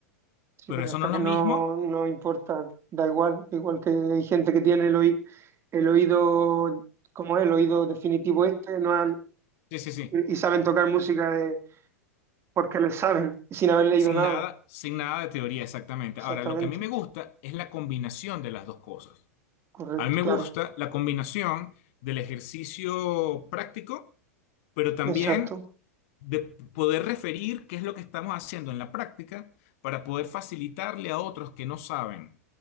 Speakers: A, on the right; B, on the left.
A: Sí,
B: pero
A: pero
B: eso
A: hasta
B: no es
A: que
B: lo
A: no,
B: mismo.
A: no importa, da igual, igual que hay gente que tiene el, oí- el oído, como es, el oído definitivo este, no han-
B: Sí, sí, sí.
A: y saben tocar música de, porque les saben, sin haber leído
B: Sin
A: nada,
B: nada, sin nada de teoría, exactamente.
A: exactamente,
B: Ahora, lo que a mí me gusta es la combinación de las dos cosas.
A: correcto,
B: A mí me
A: claro,
B: gusta la combinación del ejercicio práctico, pero también
A: exacto.
B: de poder referir qué es lo que estamos haciendo en la práctica para poder facilitarle a otros que no saben